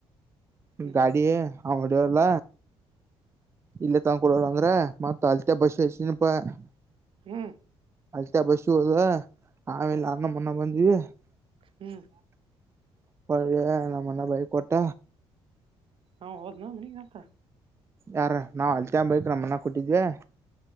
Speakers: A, on the right; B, on the right.
A: ನಿಮ್
B: ಹ್ಮ್
A: ಡ್ಯಾಡಿ ಅವ್ ಹೊಡಿಯಲ್ಲ. ಇಲ್ಲೇ ತನ್ಕೊಡಲ್ಲ ಅಂದ್ರ ಮತ್ತ <unintelligible>
B: ಹ್ಮ್
A: ಅಲ್ತ ಬಸಿ ಹೋಗದ ಆಮೇಲೆ ಅರ್ನ ಮುನ್ನ ಬಂದೀವೀ.
B: ಹ್ಮ್
A: <unintelligible> ನಮ್ಮನ್ನ ಬೈಕ್ ಕೊಟ್ಟ.
B: ಅವಹೊದ್ನ ಮನಿಗ್ಯಾಕ.
A: ಯಾರ ನಾವ್ ಅಲ್ತಿಯ ಬೈಕ್ ನಮ್ನ ಕೊಟ್ಟಿದ್ವಿ.